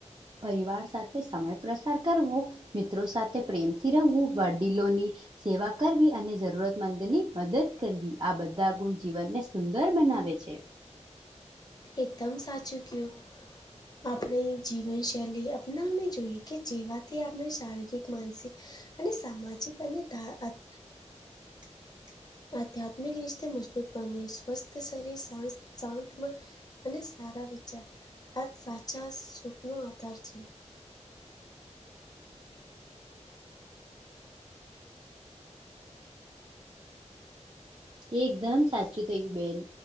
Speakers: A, on the right; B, on the left.
A: પરિવાર સાથે સમય પ્રસાર કરવું મિત્રો સાથે પ્રેમથી રહવું વડીલોની સેવા કરવી અને જરૂરતમંદની મદદ કરવી આ બધા ગુણ જીવને સુંદર બનાવે છે.
B: એકદમ સાચું ક્યું આપળે જીવનશૈલી અપનાવી જોઈએ કે જેમાંથી આપણે શારીરિક માનસિક અને સામાજિક અને ધા આત
A: <inaudible>
B: આધ્યાત્મિક રિશ્તે મજબૂત બને સ્વસ્થ શરીર શાશ શાંત મન અને સારા વિચાર આ સાચા સુખ નું આધાર છે.
A: એકદમ સાચું <unintelligible> બેન,